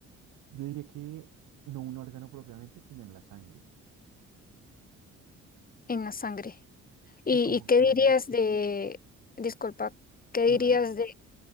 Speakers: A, on the right (about 85°); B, on the left (about 30°).
A: Yo diría que no un órgano propiamente, sino en la sangre.
B: en la sangre.
A: Sí,
B: ¿Y,
A: como
B: y qué
A: que...
B: dirías de, disculpa, qué
A: No,
B: dirías
A: dale.
B: de,